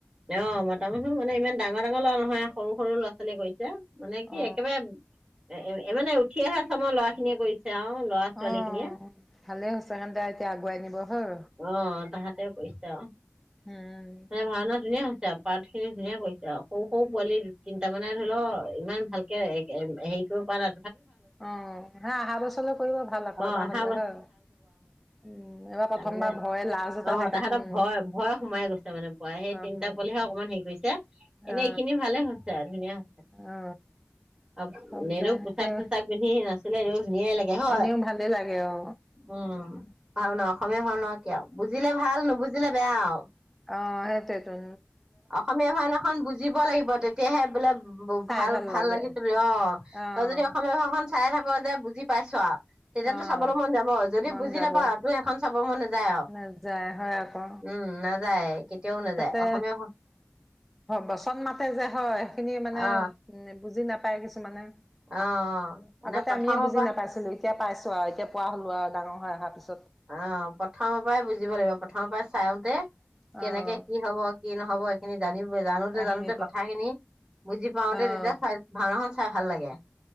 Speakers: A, on the right; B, in the centre.
A: অ' মতা মানুহ মানে, ইমান ডাঙৰ ডাঙৰ ল'ৰা নহয়, সৰু সৰু ল'ৰা ছোৱালীয়ে কৰিছে। এতিয়া মানে কি
B: অ
A: একেবাৰে এ এ মানে উঠি অহা চামৰ লৰা খিনিয়ে কৰিছে। আৰু ল'ৰা ছোৱালী
B: অ'
A: খিনিয়ে
B: ভালে হৈছে সি'হতে এতিয়া আগুৱাই নিব। হয়
A: অ' তাহাঁত <unintelligible>
B: উম
A: মানে ভাওনা ধুনীয়া হৈছে আ পাৰ্টখিনি ধুনীয়া কৰিছে আৰু, সৰু -সৰু পোৱালি দু তিনটা মানে ধৰি লও ইমান ভালকে হেৰি কৰিব পৰা না
B: অঁ হা অহা বছৰলৈ কৰিব ভাল আকৌ
A: অ
B: এবাৰ
A: অহা
B: হলে হয়, উম এইবাৰ। প্ৰথমবাৰ
A: মানে
B: ভয় লাজ এটা
A: অ
B: থাকেতো
A: তাহাঁতৰ
B: উম
A: ভয়- ভয় সোমাই গৈছে মানে পৰা সেই
B: হয়
A: তিনিটা
B: সোমাই গৈছে
A: পোৱালিহে অকমান হেৰি কৰিছে এনে
B: অ
A: এইখিনি ভালে হৈছে ধুনীয়া হৈছে,
B: অ
A: আৰু
B: হওক
A: এনেও
B: দে
A: পোচাক
B: তেওঁ
A: চোচাক পিন্ধি আছিলে ধুনীয়াই লাগে হয়,
B: এনেও ভালেই লাগে অ
A: উম <unintelligible> <unintelligible> হ'ল ন কি আৰু বুজিলে ভাল নুবুজিলে বেয়া আৰু।
B: অঁ সেইটোৱেটো
A: অসমীয়া ভাওনাখন বুজিব লাগিব তেতিয়াহে বোলে ব
B: চাই
A: ভাল-ভাল
B: ভাল লাগে
A: লাগি <unintelligible> অঁ,
B: আহ
A: তই যদি অসমীয়া ভাও চাই থাক যে বুজি পাইছো আৰু। তেতিয়াতো
B: আহ
A: চাবলৈ মন যাব, যদি
B: মন
A: বুজি
B: যাব
A: নাপাও, টোৰ সেইখন চাব মন নাজা
B: নাযায় হয় আকৌ
A: উম্, নাযায় তেও নাযায়,
B: তাতে
A: অসমীয়া ভা
B: বচন মাতে যে হয়, সেইখিনি মানে
A: অ
B: উম বুজি নাপ পাই কিছুমানে।
A: অ।
B: আগতে
A: নে প্ৰথমৰ
B: আমিয়ে বুজি
A: পৰা
B: নাপাইছিলো, এতিয়া পাইছো আৰু এতিয়া পোৱা হ'লো আৰু। ডাঙৰ হৈ অহাৰ পিছ
A: অ' প্ৰথমৰ পৰাই বুজিব লাগিব, প্ৰথমৰ পৰাই চাই আহোঁতে
B: আহ
A: কেনেকে কি হ'ব কি নহ'ব সেইখিনি জানি জানোতে-জানোতে
B: কাহিনীটো
A: কথা খিনি, বুজি পাওঁতে
B: আহ
A: তেতিয়া ভাওনাখন চাই ভাল লাগে।